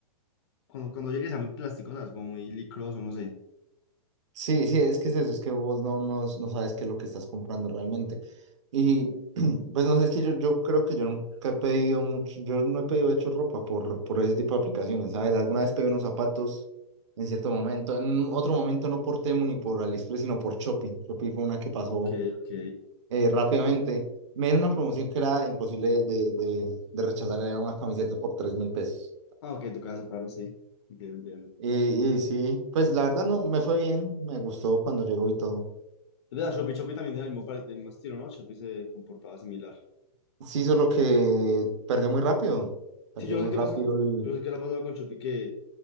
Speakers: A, on the left (about 45°); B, on the right (about 50°).
A: cuando, cuando llegue sea muy plástico, ¿sabes? Como muy licroso, no sé.
B: Sí, sí, es que es eso, es que vos no, no, no sabes qué es lo que estás comprando realmente. Y <clears throat> pues no sé, es que yo, yo creo que yo nunca he pedido mucho, yo no he pedido de hecho ropa por, por ese tipo de aplicaciones. A ver, alguna vez pedí unos zapatos en cierto momento, en otro momento no por Temu ni por AliExpress, sino por Shopee. Shopee fue una que pasó
A: Ok, ok.
B: eh, rápidamente. Me dieron una promoción que era imposible de, de, de rechazar, era una camiseta por tres mil pesos.
A: Ah, ok, tocaba separarlo, sí. Entiendo, entiendo.
B: Y, y sí, pues la verdad no, me fue bien, me gustó cuando llegó y todo.
A: Es verdad, Shopee, Shopee también era el mismo, pare- del mismo estilo, ¿no? Shopee se comportaba similar.
B: Sí, solo
A: Sí,
B: que perdió muy rápido. Perdió
A: Sí, yo no
B: muy
A: sé qué
B: rápido
A: pasó.
B: el...
A: Yo no sé qué le ha pasado con Shopee que